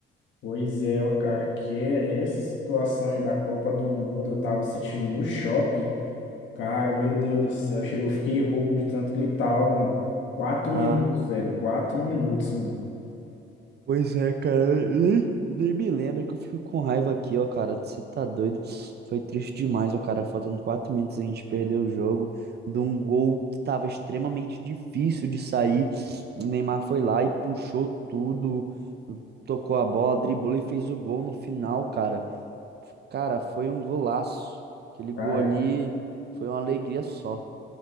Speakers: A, on the left (about 70°); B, on the right (about 55°).
A: Pois é, ó, cara, que é- essa situação aí da Copa do Mundo, eu tava assistindo no shopping. Cara, meu Deus do céu, chegou, fiquei rouco de tanto gritar, ó, mano. Quatro
B: Ah,
A: minutos, velho, quatro minutos, mano.
B: pois é, cara. eu Nem, nem me lembro que eu fico com raiva aqui, ó, cara. Você tá doido? Foi triste demais, ó, cara. Faltando quatro minutos a gente perdeu o jogo de um gol que tava extremamente difícil de sair. O Neymar foi lá e puxou tudo, tocou a bola, driblou e fez o gol no final, cara. Cara, foi um golaço. Aquele gol
A: Cara,
B: ali foi uma alegria só.